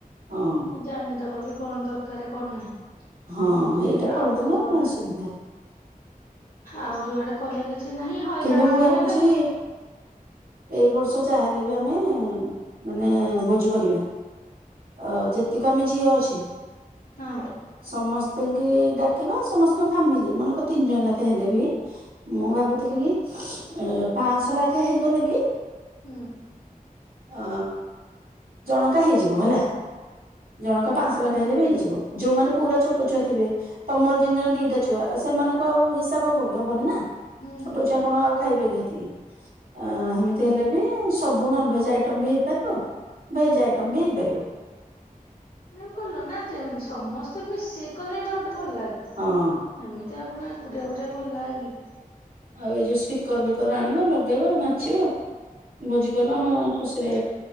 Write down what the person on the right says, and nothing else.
ହଁ
ହଁ
ହେଇଟା
କରିଦେଲେ
ସୁବିଧା
କିନ୍ତୁ ମୁଁ ଭାବୁଛି
ଏଇ ବର୍ଷ ଯହା ହେଲେ ବି ଆମେ ମାନେ ଭୋ କରିବା ଅ ଯେତିକ ଆମେ ଝିଅ ଅଛେ-
ସମସ୍ତିଙ୍କି ଡାକିବା ସମସ୍ତଙ୍କ ଫାମିଲି ମନେକ ତିନି ଜଣ ଲାଖେ ହେଲେ ବି ମୁଁ
ଭାବୁଥିଲି କି ଏ ପାଂସହ ଲାଖେ ହେଇଗଲେ ବି
ଅ ଜଣକା ହେଇଯିବ ହେଲା। ଜଣକା ପାଂଆସ
ଲାକ୍ଷେ ହେଲେ ବି ହେଇଯିବ ଯୋଉମାନେ ପୁରା ଛୋଟ ଛୁଆ ଥିବେ ତମର ଜିନ ଜଣେ ଦିଟା ଛୁଆ ସେମାନଙ୍କୁ ଆଉ ହିସାବ ହବ କି ହବନି ନା।
ଛୋଟ
ଛୁଆ କଣ ଆଉ ଖାଇବେ କେତିକି ଅ ଏମିତି ହେଲେ ବି ସବୁ ନନଭେଜ୍ ଆଇଟମ୍ ବି ହେଇପାରିବ ଭେଜ ଆଇଟମ୍ ବି ହେଇପାରିବ।
ହଁ।
ଆଉ ଏଇ ଯୋଉ ସ୍ପିକର ଫିକର ଆଣିବ ଲଗେଇବ ନାଚିବ। ଭୋଜି କଲ ହଁ ଖୁସିରେ